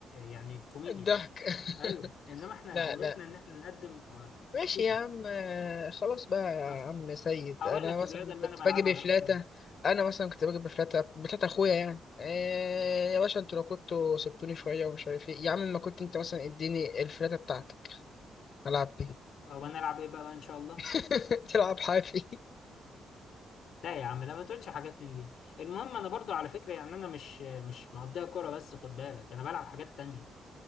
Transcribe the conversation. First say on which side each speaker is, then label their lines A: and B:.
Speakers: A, on the left; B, on the left.
A: يعني الكوميديا
B: الضحك <laughs>
A: ايوه انما احنا
B: لا
A: هوايتنا
B: لا
A: ان احنا نقدم آه،
B: ماشي
A: فيلم
B: يا عم آه، خلاص بقى يا
A: خلاص
B: عم
A: ماشي
B: سيد
A: هقول
B: انا
A: لك
B: مثلا
A: الرياضه اللي
B: كنت
A: انا بلعبها
B: باجي بفلاتة
A: غير الكوميديا
B: انا مثلا كنت باجي بفلاتة بفلاتة اخويا يعني إيه يا باشا انتوا لو كنتوا سبتوني شوية ومش عارف ايه يا عم ما كنت انت مثلا اديني الفلاتة بتاعتك العب بيها
A: آه، وانا العب ايه بقى ان شاء الله
B: <laughs> تلعب حافي
A: لا يا عم لا ما تقولش حاجات من دي المهم انا برضو على فكره يعني انا مش مش مقضيها كوره بس خد بالك انا بلعب حاجات تانية